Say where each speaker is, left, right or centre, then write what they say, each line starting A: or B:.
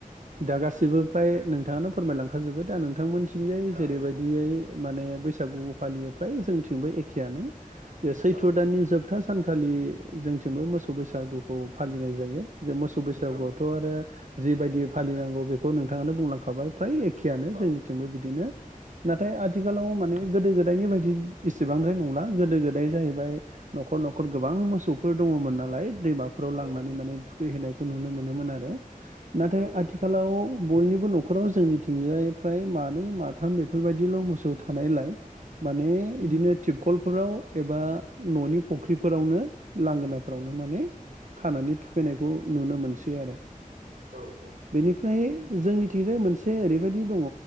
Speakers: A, on the right (about 60°); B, on the right (about 85°).
A: दा गासिबो फ्राय नोंथाङानो फोरमायलांखाजोब्बाय दा नोंथांमोनथिंजाय
B: औ
A: जेरैबायदियै माने बैसागु फालियो फाय जोंथिंबो एखेयानो जे सैथ्र'
B: औ
A: दाननि जोब जोबथा सानखालि जोंथिंबो मोसौ बैसागु फालिनाय जायो जे मोसौ बैसागुआवथ'
B: औ
A: आरो जिबायदि फालिनांगौ बेखौ खौ नोंथाङनो बुंलांखाबाय फ्राय एखेआनो जोंनिथिंबो
B: औ
A: बिदिनो नाथाय आ आथिखालाव माने गोदो गोदायनि बायदि एसेबांद्राय नंला गोदो गोदाय जाहैबाय न'खर न'खर गोबां मोसौफोर दङमोन नालाय दैमा फोराव लांनानै
B: औ
A: माने थुखैहैनायखौ नुनो मोनोमोन आरो नाथाय
B: औ
A: आथिखालाव बयनिबो न'खराव जोंनिथिंजायफ्राय मानै माथाम बेफोरबायदिल' मोसौ थानायलाय माने बिदिनो थिबखलफोराव एबा न'नि फुख्रिफोरावनो लांगोनाफोरावनो माने। खानानै थुखैनायखौ नुनो मोनसै आरो।
B: औ औ।
A: बेनिफ्राय जोंनिथिंजाय मोनसे ओरैबायदि दङ।